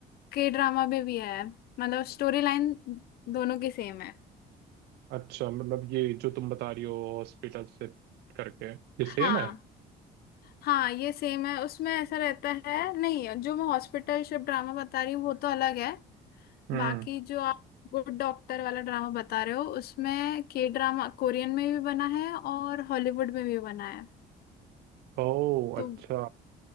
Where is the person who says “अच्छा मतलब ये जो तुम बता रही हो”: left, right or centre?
Right